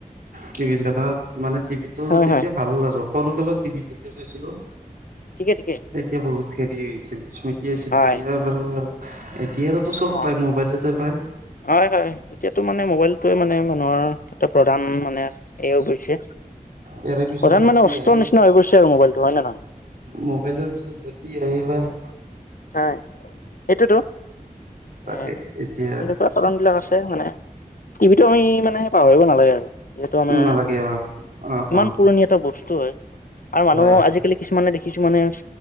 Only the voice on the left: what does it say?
হয়
হয়
ঠিকে ঠিকে
হয়
অ
হয় হয় এতিয়াতো মানে মোবাইলটোৱে মানে মানুহৰ এট প্ৰধান মানে এইও বোইছে
প্ৰধান
মানে অস্ত্ৰৰ
নিচিনা হৈ পৰিছে আৰু মোবাইলটো হয় নে নহয়?
হয় এইটোৱেত
এ
এনেকুৱা তলনবিলাক আছে মানে টিভিটো আমি মানে পাহৰিব নালাগে আৰু। যিহেতু আমাৰ
ইমান
পুৰণি এটা বস্তু হয় আৰু মানুহ
আজিকালি কিছুমানে দেখ কিছুমানে